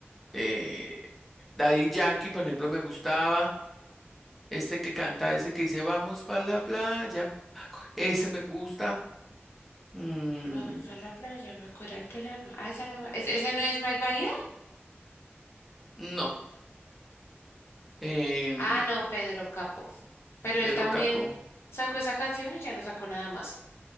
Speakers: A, in the centre; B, on the left.
A: eh, Daddy Yankee, por ejemplo, me gustaba. Este que canta, ese que dice vamos para la playa. Ese me gusta. Mm,
B: Vamos a la playa, voy a curarte el alma. Ah, esa no, ¿es- ¿ese no es Mike Bahía?
A: no. em,
B: Ah, no, Pedro Capo. Pero
A: Pedro
B: él también
A: Capó.
B: sacó esa canción y ya no sacó nada más.